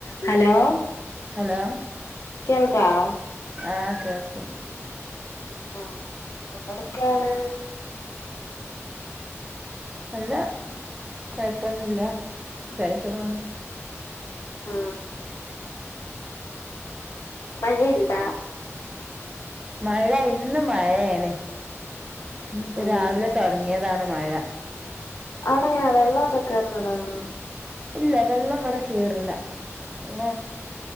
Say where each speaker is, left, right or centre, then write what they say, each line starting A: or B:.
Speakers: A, on the left (about 75°); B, on the right (about 15°).
A: ഹലോ
B: ഹലോ
A: കേൾക്കാവോ
B: ആ കേൾക്ക്ണ്ട്
A: ആ എന്തട്ക്കേണ്
B: അല്ല കൊഴപ്പൊന്നുല്ല സുഖായിട്ട് പോണ്
A: ആ മഴിണ്ട
B: മഴ ഇന്ന് മഴയാണ് ഇന്ന് പ്പോ
A: ആണല്ലേ
B: രാവിലെ തൊടങ്ങിയ താണ് മഴ
A: അവടെ എങ്ങനാ വെള്ളൊക്കെ കേറുന്നിടാണോ
B: ഇല്ല വെള്ളം ഇവടെ കേറൂല ഉം